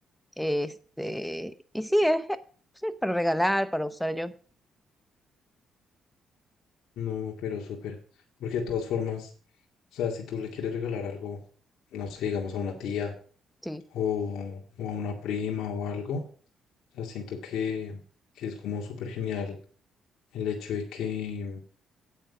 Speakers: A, in the centre; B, on the left.
A: Este, y sí, es, sí, es para regalar, para usar yo.
B: No, pero súper. Porque de todas formas, o sea, si tú le quieres regalar algo, no sé, digamos a una tía
A: Sí,
B: o, o a una prima o algo, o sea, siento que, que es como súper genial el hecho de que,